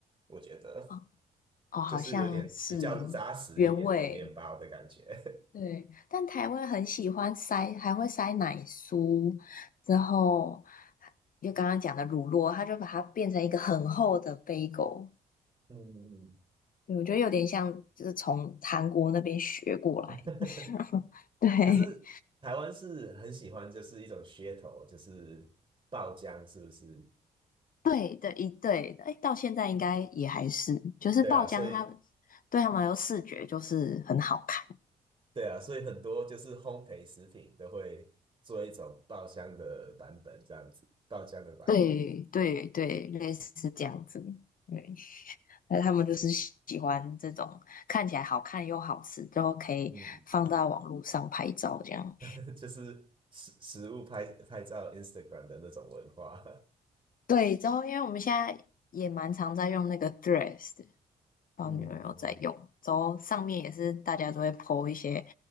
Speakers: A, on the right (about 30°); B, on the left (about 50°).
A: 我觉得
B: 哦，哦好像是原味，
A: 就是有点比较扎实一点的面包的感觉。<laughs>
B: 对，但台湾很喜欢塞，还会塞奶酥，之后就刚刚讲的乳酪，它就把它变成一个很厚的 bagel，
A: 嗯嗯
B: 我觉得有点像就是从韩国那边学过来，
A: 嗯，
B: <laughs>
A: <laughs>
B: 对。
A: 可是台湾是很喜欢，就是一种噱头，就是爆浆，是不是？
B: 对的，一对的，哎，到现在应该也还是，就是爆浆它，
A: 对啊，所以
B: 对他们来说视觉就是很好看，
A: 对啊，所以很多就是烘焙食品都会做一种爆浆的版本，这样子，爆浆的版本，
B: 对对对，类似这样子，对，<laughs> 那他们就是喜喜欢这种看起来好看又好吃，然后可以放到网络上拍照这样。
A: 嗯嗯，<laughs> 就是食食物拍拍照 Instagram 的那种文化，
B: 对，然后因为我们现在也蛮常在用那个 Threads，的
A: <laughs>
B: 不知道你们有没有在用，
A: 嗯
B: 然后上面也是大家都会 po 一些